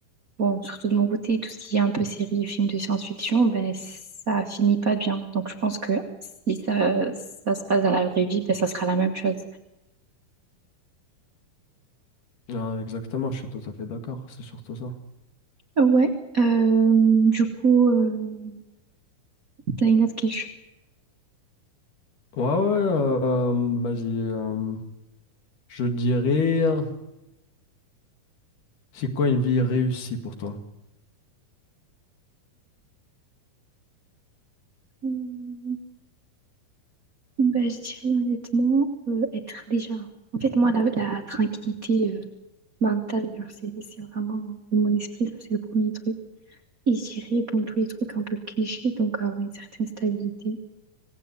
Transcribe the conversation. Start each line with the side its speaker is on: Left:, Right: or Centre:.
Right: Bon, surtout de mon côté, tout ce qui est un peu série et films de science-fiction, ben, ça finit pas bien. Donc, je pense que si ça, ça se passe dans la vraie vie, ben, ça sera la même chose.
Left: Ah, exactement, je suis tout à fait d'accord, c'est surtout ça.
Right: Ouais, euh, du coup, euh, t'as une autre question.
Left: Ouais, ouais, euh, vas-y, euh, je dirais, euh, c'est quoi une vie réussie pour toi?
Right: Ben, je dirais honnêtement, euh, être déjà. En fait, moi, la, la tranquillité euh, mentale, genre, c'est c'est vraiment mon esprit, ça, c'est le premier truc. Et je dirais, bon, tous les trucs un peu clichés, donc avoir une certaine stabilité.